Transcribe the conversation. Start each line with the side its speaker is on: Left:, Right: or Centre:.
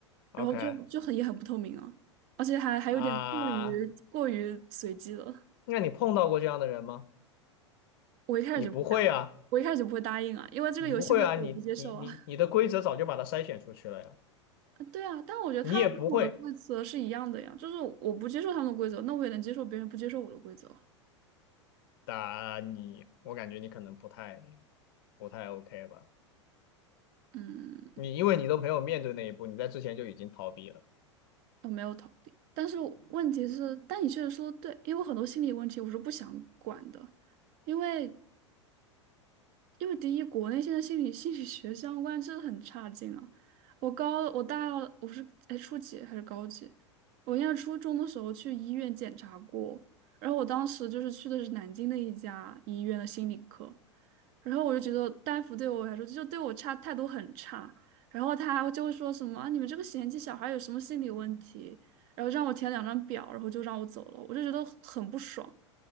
Right: 然后就就很也很不透明啊，
Left: ，OK
Right: 而且还还有点过于过于随机了。
Left: 啊，那你碰到过这样的人吗？
Right: 我一开始就不答应，
Left: 你不会啊，
Right: 我一开始就不会答应啊，因为这个游戏规则我不接受啊。
Left: 你不会啊，你你你你的规则早就把它筛选出去了呀，
Right: <laughs> 啊对啊，但我觉得他们跟我的规则是一样的呀，
Left: 你也不会，
Right: 就是我不接受他们的规则，那我也能接受别人不接受我的规则。
Left: 打你我感觉你可能不太不太 OK 吧，
Right: 嗯，
Left: 你因为你都没有面对那一步，你在之前就已经逃避了。
Right: 我没有逃避，但是我问题是，但你确实说的对，因为我很多心理问题我是不想管的，因为因为第一，国内现在心理心理学相关真的很差劲啊！我高我大二我是哎初几还是高几？我应该初中的时候去医院检查过，然后我当时就是去的是南京的一家医院的心理科，然后我就觉得大夫对我来说就对我差态度很差，然后他就会说什么啊你们这个嫌弃小孩有什么心理问题，然后让我填两张表，然后就让我走了，我就觉得很不爽，